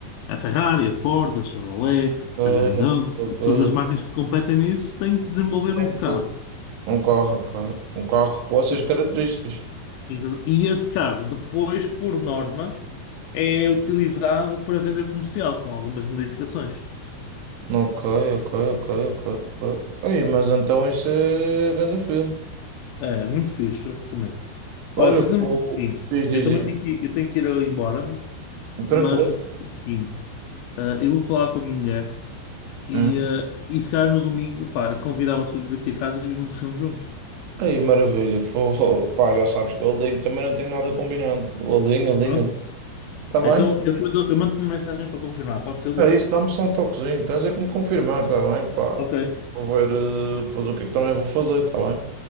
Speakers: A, on the left; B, on the right.
A: A Ferrari, a Ford, a Chevrolet,
B: Ok,
A: a BMW,
B: ok.
A: todas as marcas que competem nisso têm que desenvolver
B: Tem
A: um carro.
B: que fazer- Um carro, ok. Um carro com essas
A: E
B: características.
A: exa- e esse carro, depois, por norma, é utilizado para venda comercial, com algumas modificações.
B: Ok, ok, ok, ok. ok. Ei, mas então isso é grande filme.
A: É, muito fixe, eu recomendo.
B: Olha,
A: Olha, fazemos
B: pô,
A: o seguinte:
B: diz, diz,
A: eu também
B: diz.
A: tenho que, eu tenho que ir embora,
B: Tranquilo.
A: mas fazemos o seguinte: eh, eu vou falar com a minha mulher e,
B: Hum.
A: eh, e se calhar no domingo, pá, convidava-te para vires aqui a casa e vimos o filme juntos.
B: Aí, maravilha. Fô, pá, já sabes que o Alinho também não tem nada combinado. O Alinho, Alinho,
A: Pronto?
B: Alinho. Tá bem?
A: Então, eu, depois eu, eu mando-te uma mensagem para confirmar, pode ser, Lúcio?
B: É isso, dá-me só um toquezinho. Tens é que me confirmar, tá bem? Pá,
A: Ok,
B: vou ver eh, depois o que é que também vou fazer, tá bem?